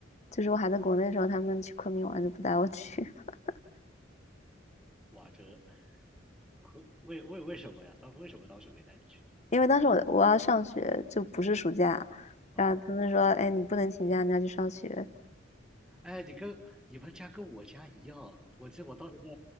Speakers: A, on the left (about 35°); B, in the centre.
A: 就是我还在国内的时候，他们去昆明玩就不带我去，<laughs>
B: 哇，这可为为为什么呀？当时为什么当时没带你去啊
A: 因为当时我我要上学，就不是暑假，
B: 哦，
A: 然后他们说，哎，你不能请假，你要去上学，
B: 哎，你跟你们家跟我家一样，我记得我当时在